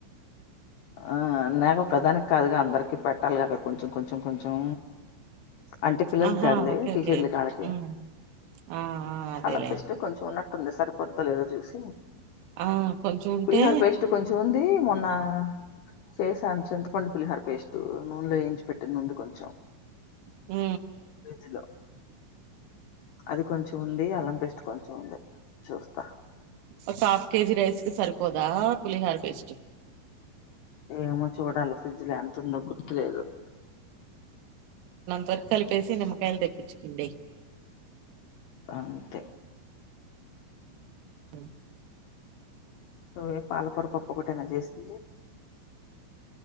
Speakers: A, on the left; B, on the right.
A: ఆ నాక ఒకదానికి కాదుగా అందరికిీ పెట్టాలి అక్కడ కొంచెం కొంచెం కొంచెం అంటే పిల్లలకి
B: ఆహా
A: గదిలే
B: ఓకే
A: టీచర్లు
B: ఓకే
A: కాళకి
B: ఉ ఆ ఆ అదేలే
A: అల్లంపిస్టు కొంచెం ఉన్నట్టుంది సరిపోద్దులుద చూసి
B: ఆ కొంచెం ఉంటే
A: పల్లారు పసిట్ కొంచం ఉంది మొన్న చేసాను చింతపొం పులిహర పేస్ట్ నూనెలో వయించి పెట్టినంది కొంచెం
B: ఆ
A: ఫ్రిడ్జ్ లో అది కొంచెం ఉంది అల్లం పెస్ట్ కొంచెం ఉంది చూస్త
B: ఒక హాఫ్ కేజి రైస్కి సరిపోదా పులిహార్ పేస్ట్
A: ఏమో చూడాలి ఫ్రిడ్జ్ లో ఎంత ఉందో గుర్తులేదు
B: తొకాల పేసి నమ కయల్ తెప్పించుకుందే
A: అంతే
B: సం
A: ఏ పాలప పప్ప కట్టనా చేసి